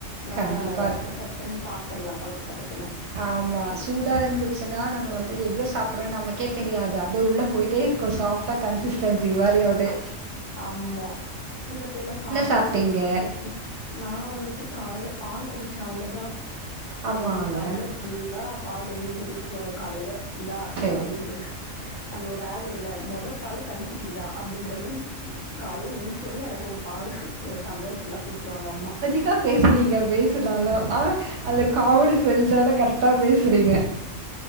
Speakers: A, on the left; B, on the right.
A: நல்லா
B: கண்டிப்பா.
A: சட்டுன் சாப்ட்ர்லா டபக் டபக்குன்னு
B: ஆமா சூடா இருந்துச்சுனா நம்ம வந்து எவ்ளோ சாப்ரோ நமக்கே தெரியாது அப்டியே உள்ள போய்ட்டே இருக்கு ஷாப் டா கன்சிஸ்டன்சி வாரி அவுடே
A: ஆமா சில பேர்லா சாம்பாரு
B: சாப்பிட்டீங்க?
A: சட்னி நா வந்துட்டு காலேல பால் குடிச்சே அவ்ளோ தா
B: ஆமால்ல.
A: ஒரு டம்ப்ளர் ஃபுல்லா பால் எங்க வீட்ல குட்துர்வாங்க காலேல இந்த
B: சரி.
A: அப்டின் சொல்ட்டு அந்த ஒரு அடு வருல மொத பாலு கன்னு குட்டிக்குதா அப்டின்ற மாரி கால்ல ஏஞ்சசோனேயே எனக்கு ஒரு பால் ஒரு டம்ளர் ஃபுல்லா குத்துருவாங்க அம்மா
B: விட்டா பேசுவீங்க பேசுனாலோ ஆ அதுல காமெடி சென்ஸோட கரெக்டா பேசுறீங்க